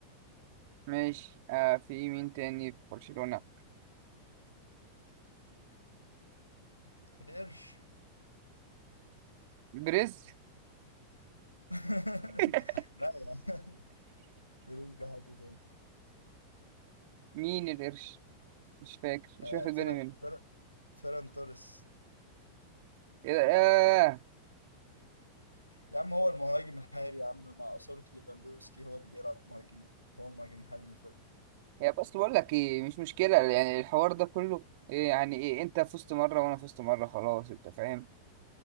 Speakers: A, on the right (about 50°); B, on the left (about 85°).
A: ماشي آه في مين تاني في برشلونة
B: القرش
A: بريز
B: <laughs>
A: <laughs>
B: لا يا عم بريز ده حد تاني
A: مين القرش مش فاكر مش
B: آه،
A: واخد
B: فرق
A: بالي منه
B: فرق فيران توريس
A: إيه ده؟
B: يا عم هو المهاجم الحالي يا عم مع إصابة ليفاندوسكي هو اللي بيلعب مهاجم هو المهاجم الحالي للفرقة
A: هي بس بقول لك ايه مش مشكلة يعني الحوار ده كله إيه يعني ايه انت فزت مرة وانا فزت مرة خلاص انت فاهم